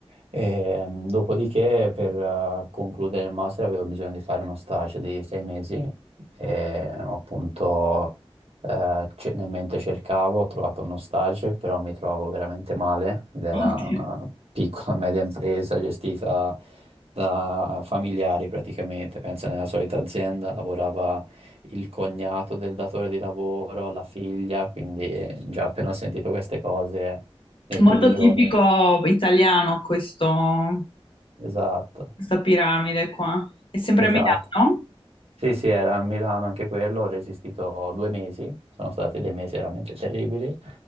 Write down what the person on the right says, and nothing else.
E, mm, dopodiché, per eh, concludere il master, avevo bisogno di fare uno stage di sei mesi e appunto eh, ce- nel mentre cercavo ho trovato uno stage, però mi trovavo veramente male ed era
una piccola media impresa gestita da familiari praticamente, pensa nella solita azienda lavorava il cognato del datore di lavoro, la figlia, quindi già appena ho sentito queste cose nei
primi giorni,
esatto,
esatto.
Sì, sì, era a Milano anche quello, ho resistito due mesi, sono stati dei mesi veramente terribili.